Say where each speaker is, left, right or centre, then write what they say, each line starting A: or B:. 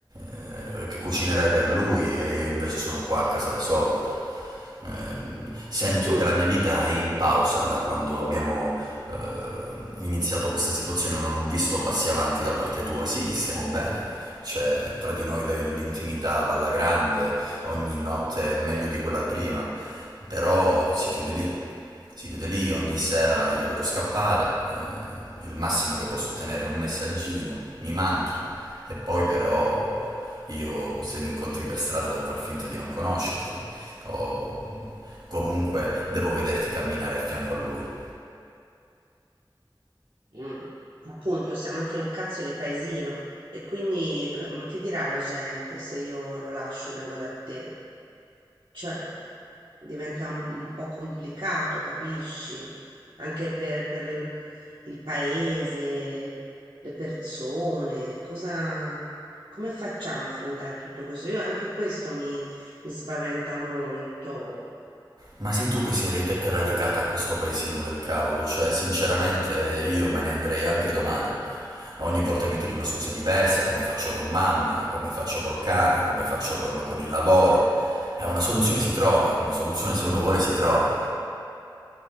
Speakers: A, on the right; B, on the right.
A: eh, che cucinerai per lui e io invece sono qua a casa da solo. Ehm, sento
B: Mm.
A: che la mia vita è in pausa da quando abbiamo eh, iniziato questa situazione, non ho visto passi avanti da parte tua. Sì, stiamo bene. C'è tra di noi le- l'intimità va alla grande, ogni notte è meglio di quella prima, però si chiude lì si chiude lì, ogni sera io devo scappare, eh, il massimo che posso ottenere è un messaggino, mi manchi, e poi però io se mi incontri per strada devo far finta di non conoscerti, o comunque devo vederti camminare a fianco a lui.
B: Mm. Appunto, siamo anche un cazzo di paesino e quindi c- ma che dirà la gente se io lo lascio e vengo da te? Cioè, diventa un, un po' complicato, capisci? Anche per, per il il paese, le persone, cosa, come facciamo a affrontare tutto questo? Io anche questo mi, mi spaventa molto.
A: Ma sei tu che sei rade- radicata a questo paesino del cavolo, cioè sinceramente io me ne andrei anche domani. Ogni volta mi tiri una scusa diversa, come faccio con mamma, come faccio col cane, come faccio con, con il lavoro. Eh, una soluzione si trova, una soluzione se uno vuole si trova.